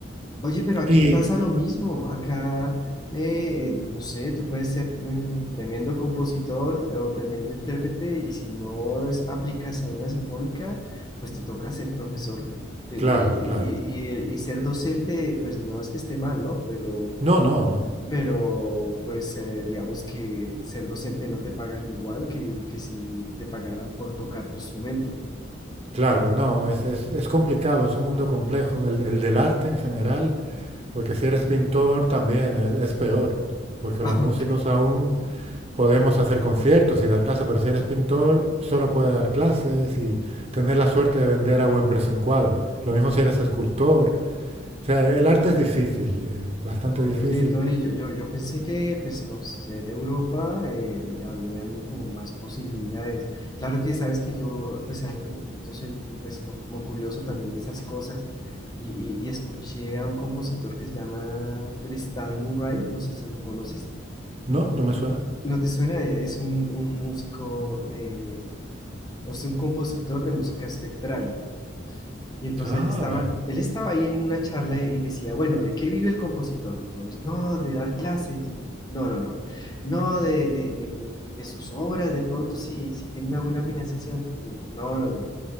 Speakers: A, on the left; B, on the right.
A: Oye, pero aquí
B: Y
A: pasa lo mismo. Acá, eh, no sé, tú puedes ser eh, tremendo compositor eh, o tremendo intérprete y si no es- aplicas a una sinfónica, pues te toca ser profesor te-
B: claro,
A: y, y-
B: claro.
A: y- y- y ser docente, pues no es que esté mal, ¿no? Pero,
B: No, no, no.
A: pero pues eh, digamos que ser docente no te pagan igual que, que si te pagaran por tocar tu instrumento.
B: Claro, no, es, es, es complicado, es un mundo complejo, el, el del arte en general, porque si eres pintor también es, es peor, porque
A: <laughs>
B: los músicos
A: Ok.
B: aún podemos hacer conciertos y dar clases, pero si eres pintor solo puedes dar clases y tener la suerte de vender a buen precio un cuadro. Lo mismo si eres escultor. O sea, el arte es difícil, eh, bastante
A: Oye,
B: difícil.
A: Tony, yo, yo, yo pensé que pues por ser Europa eh, habían como más posibilidades. Claro que sabes que yo pues a- yo soy pues como curioso también de esas cosas y, y- y escuché a un compositor que se llama Tristan Murray, no sé si lo conoces.
B: No, no me suena.
A: ¿No te suena? Es un, un músico de, o sea, un compositor de música espectral. Y entonces
B: Ah,
A: él estaba,
B: vaya.
A: él estaba ahí en una charla y decía, bueno, ¿de qué vive el compositor? Entonces, no, de dar clases, y- no, no, no, no, de, de, de, de sus obras, de pronto si, si tiene una buena financiación. Y él, No, no, no,